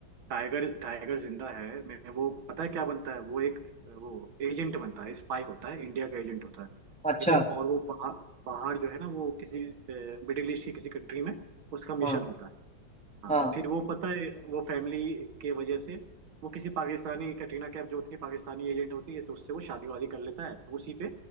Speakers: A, on the right; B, in the centre.
A: टाइगर टाइगर जिंदा है मैं वो पता है क्या बनता है वो एक वो एजेंट बनता है स्पाई होता है इंडिया का एजेंट होता है
B: अच्छा
A: ठीक है और वो पहाड़ पहाड़ जो है ना वो किसी मिडिल ईस्ट की किसी कंट्री में उसका मिशन
B: हाँ
A: होता है हाँ
B: हाँ
A: फिर वो पता है वो फैमिली के वजह से वो किसी पाकिस्तानी कटरीना कैफ जो होती है पाकिस्तानी एजेंट होती है तो उससे वो शादी वादी कर लेता है तो उसी पे